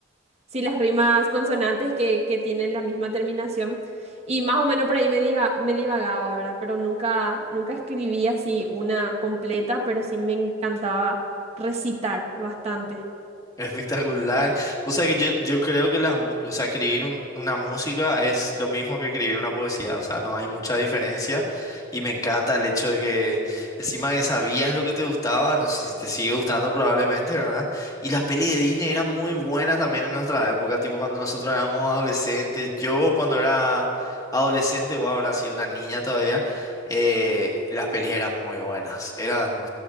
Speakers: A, on the right; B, on the left.
A: sí, las rimas consonantes que, que tienen la misma terminación. Y más o menos por ahí me diga, me divagaba, ¿verdad? Pero nunca, nunca escribí así una completa, pero sí me encantaba recitar bastante.
B: Espectacular. O sea que yo, yo creo que las, mu- o sea, escribir un- una música es lo mismo que escribir una poesía, o sea, no hay mucha diferencia y me encanta el hecho de que encima que sabías lo que te gustaba, no sé si te sigue gustando probablemente, ¿verdad? Y las pelis de Disney eran muy buenas también en nuestra época, tipo cuando nosotros éramos adolescentes, yo cuando era adolescente, vos habrás sido una niña todavía, eh, las pelis eran muy buenas, eran